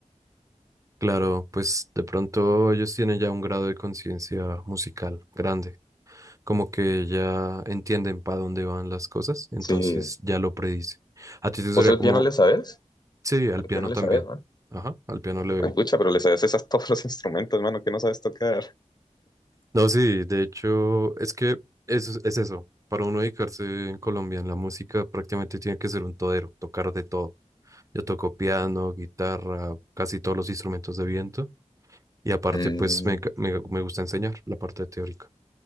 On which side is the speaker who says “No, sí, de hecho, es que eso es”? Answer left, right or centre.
Right